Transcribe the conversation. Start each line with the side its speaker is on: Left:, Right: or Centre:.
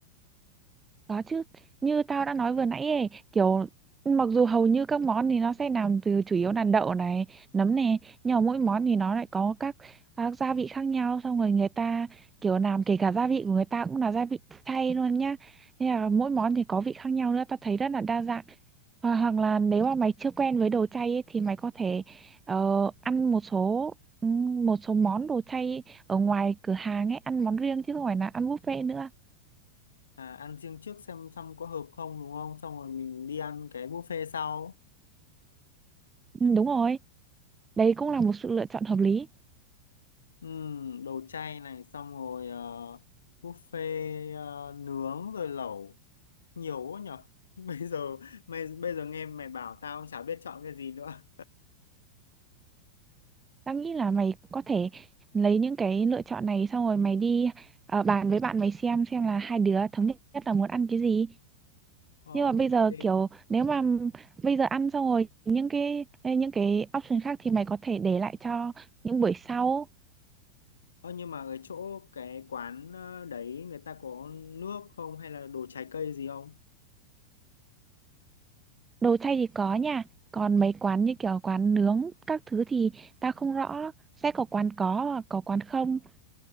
Right: Có chứ, như tao đã nói vừa nãy ấy, kiểu mặc dù hầu như các món thì nó sẽ làm từ chủ yếu là đậu này, nấm này, nhưng mà mỗi món thì nó lại có các à, gia vị khác nhau, xong rồi người ta kiểu làm kể cả gia vị của người ta cũng là gia vị chay luôn nhá. Nên là mỗi món thì có vị khác nhau nữa, tao thấy rất là đa dạng. Hoặc, hoặc là nếu mà mày chưa quen với đồ chay ấy, thì mày có thể ờ, ăn một số ừm, một số món đồ chay ở ngoài cửa hàng ấy, ăn món riêng chứ không phải là ăn buffet nữa.
Left: à, ăn riêng trước xem xong có hợp không đúng không xong rồi mình đi ăn cái buffet sau
Right: Ừ, đúng rồi. đấy cũng là một sự lựa chọn hợp lý
Left: Ừm, đồ chay này xong rồi ờ, buffet ờ, nướng rồi lẩu nhiều quá nhở <laughs> bây giờ mày bây giờ nghe mày bảo tao cũng chả biết chọn cái gì nữa
Right: tao nghĩ là mày có thể lấy những cái lựa chọn này xong rồi mày đi ờ, bàn với bạn mày xem xem là hai đứa thống nhất là muốn ăn cái gì
Left: ờ ok
Right: nhưng mà bây giờ kiểu nếu mà bây giờ ăn xong rồi những cái ê, những cái option khác thì mày có thể để lại cho những buổi sau
Left: ờ nhưng mà cái chỗ cái quán ờ, đấy người ta có nước không hay là đồ trái cây gì không
Right: đồ chay thì có nha còn mấy quán như kiểu quán nướng các thứ thì tao không rõ sẽ có quán có và có quán không